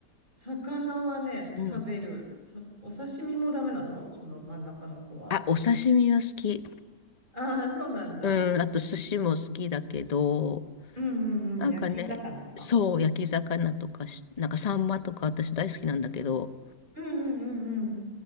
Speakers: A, on the right; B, on the left.
A: 魚はね、
B: うん。
A: 食べる。さお刺身もダメなのその真ん中の子は。
B: あ、お刺身は好き。
A: ああ、そうなんだ。
B: うん、あと寿司も好きだけど、
A: うんうんうん。
B: なんかね、
A: 焼き魚か。
B: そう、焼き魚とかし、なんかサンマとか私大好きなんだけど、
A: うんうんうんうん。